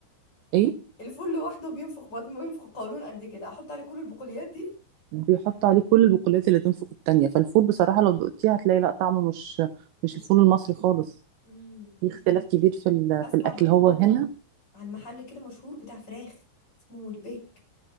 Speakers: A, on the right; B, on the left.
A: ايه
B: الفول لوحده بينفخ بطن بينفخ قولون قد كده احط عليه كل البقوليات دي
A: بيحطوا عليه كل البقوليات اللي تنفخ التانية فالفول بصراحة لو دقتيه هتلاقي لا طعمه مش مش
B: مش
A: الفول
B: حلو
A: المصري خالص
B: امم
A: في اختلاف كبير في ال...
B: اسمع
A: في الأكل
B: برضو
A: هو هنا
B: عن محل كده مشهور بتاع فراخ اسمه البيك